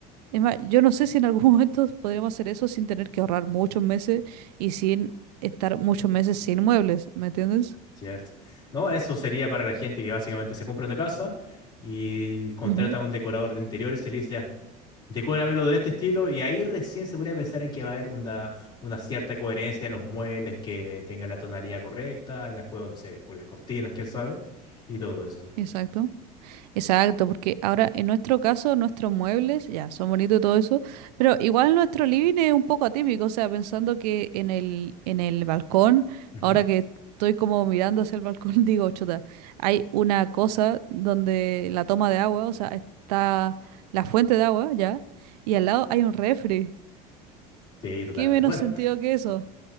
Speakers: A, on the right; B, on the left.
A: Es más, yo no sé si en algún <laughs> momento podríamos hacer eso sin tener que ahorrar muchos meses y sin estar muchos meses sin muebles, ¿me entiendes?
B: cierto. No, eso sería para la gente que básicamente se compra una casa y contrata
A: Ujú.
B: a un decorador de interiores y le dice ya. Decóramelo de este estilo y ahí recién se podría pensar en que va a haber una, una cierta coherencia en los muebles, que tenga la tonalidad correcta, haga juego, no sé, con las cortinas, quién sabe, y todo eso.
A: Exacto. Exacto, porque ahora en nuestro caso nuestros muebles ya son bonitos y todo eso, pero igual nuestro living es un poco atípico, o sea, pensando que en el en el balcón,
B: Ujú.
A: ahora que estoy como mirando hacia el balcón, <laughs> digo, chuta, hay una cosa donde la toma de agua, o sea, está la fuente de agua, ya, y al lado hay un refri.
B: Sí, totalmente.
A: ¿Qué menos
B: Bueno,
A: sentido que eso?